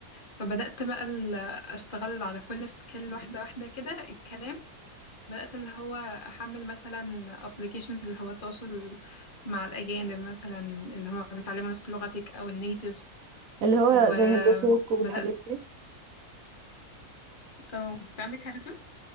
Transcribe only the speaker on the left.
فبدات بقى ال- اشتغل على كل سكيل واحده واحده كده الكلام بدات اللي هو احمل مثلا ابلكيشنز اللي هو التواصل مع الاجانب مثلا اللي هم بيتعلموا نفس لغتك او النيتيفز
وبدات
اه انت عندك حاجه